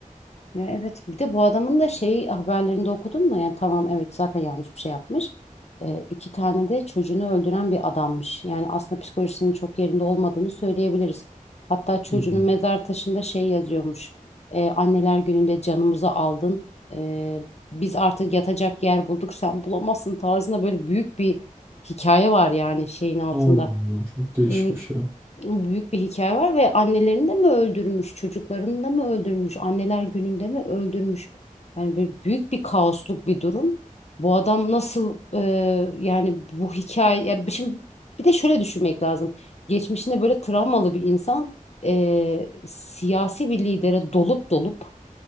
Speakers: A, on the left (about 50°); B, on the right (about 15°).
A: Ya evet bir de bu adamın da şey haberlerinde okudun mu? Yani tamam evet zaten yanlış bir şey yapmış. Ee, iki tane de çocuğunu öldüren bir adammış. Yani aslında psikolojisinin çok yerinde olmadığını söyleyebiliriz. Hatta çocuğunun
B: Hmm.
A: mezar taşında şey yazıyormuş. Ee, anneler gününde canımızı aldın. Ee, biz artık yatacak yer bulduk sen bulamazsın tarzında böyle büyük bir hikaye var yani şeyin altında.
B: Allah Allah çok değişmiş
A: Hmm,
B: ya.
A: büyük bir hikaye var ve annelerini de mi öldürmüş, çocuklarını da mı öldürmüş, anneler gününde mi öldürmüş? Yani böyle büyük bir kaosluk bir durum. Bu adam nasıl e, yani bu hikaye ya bir- şimdi bir de şöyle düşünmek lazım. Geçmişinde böyle travmalı bir insan e, siyasi bir lidere dolup dolup